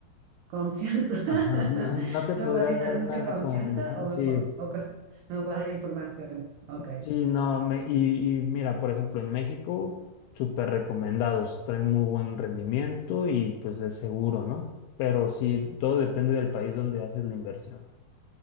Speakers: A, on the right; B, on the left.
A: ¿Confianza? <laughs>
B: ajá, no, <laughs> no te podría
A: ¿No me podrías
B: dar
A: dar
B: una
A: mucha
B: recomendación.
A: confianza o, me
B: Sí,
A: po- o co- no me puedes dar información? Ok.
B: sí, no. me- y, y mira, por ejemplo, en México, súper recomendados, traen muy buen rendimiento y pues es seguro, ¿no? Pero sí, todo depende del país donde haces la inversión.